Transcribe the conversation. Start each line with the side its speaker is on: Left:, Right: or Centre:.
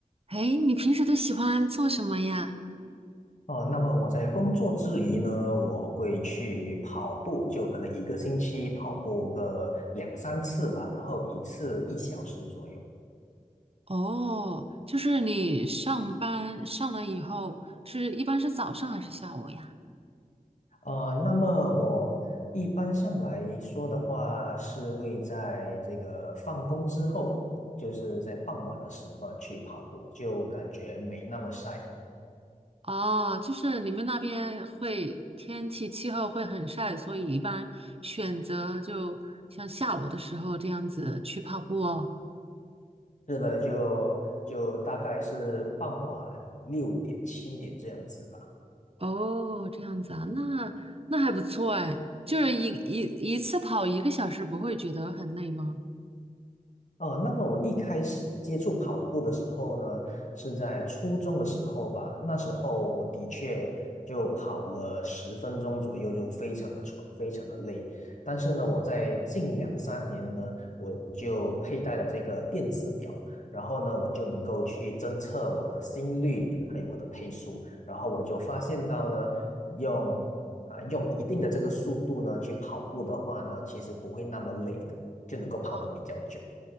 Right: 哎，你平时都喜欢做什么呀？
Left: 哦，那么我在工作之余呢，我会去跑步，就可能一个星期跑步个两三次吧，然后一次一小时左右。
Right: 哦，就是你上班上了以后，是一般是早上还是下午呀？
Left: 呃，那么我一般上来说的话，是会在这个放工之后，就是在傍晚的时段去跑步，就感觉没那么晒。
Right: 哦，就是你们那边会天气气候会很晒，所以一般选择就像下午的时候这样子去跑步哦。
Left: 是的，就就大概是傍晚六点七点这样子吧。
Right: 哦，这样子啊，那那还不错哎，就是一一一次跑一个小时，不会觉得很累吗？
Left: 哦，那么我一开始接触跑步的时候呢，是在初中的时候吧。那时候我的确就跑了十分钟左右，就非常的喘，非常的累。但是呢，我在近两三年呢，我就佩戴了这个电子表，然后呢，我就能够去侦测我的心率，还有我的配速。然后我就发现到呢，用啊、用一定的这个速度呢去跑步的话呢，其实不会那么累的，就能够跑得比较久。
Right: 哦。